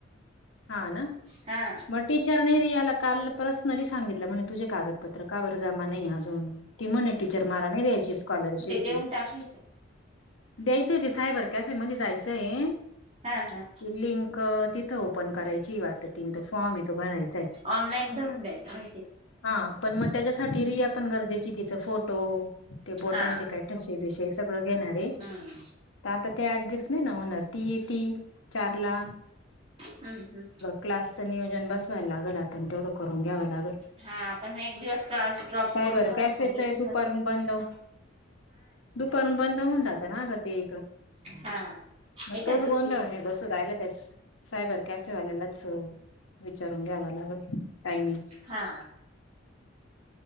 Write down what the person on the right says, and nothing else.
हा
देऊन
ठीक आहे.
हा हा
ऑनलाईन भरून द्यायच भाश
हा
हम्म
हा हा
हा आपण एक दिवस क्लास ड्रॉप
करून का होईना?
घ्यायचं
करून.
हा
एकाच
दिवशी
हा